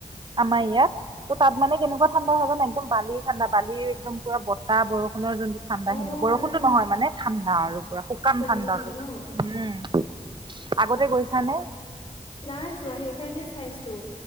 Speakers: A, on the right (about 35°); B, on the left (about 45°).
A: আমাৰ ইয়াত। ত' তাত মানে কেনেকুৱা ঠাণ্ডা হয় জানা, একদম বালিৰ ঠাণ্ডা, বালিৰ একদম পুৰা বতাহ বৰষুণৰ যোনটো ঠাণ্ডা
B: অ',
A: সেনেকুৱা, বৰষুণটো নহয় মানে ঠাণ <unintelligible> আৰু। পুৰা শুকান
B: তেনেকুৱা
A: ঠাণ্ডা
B: হয় ন?
A: উম। আগতে গৈছা নে?
B: নাই যোৱা সেইকাৰণে চাইছো।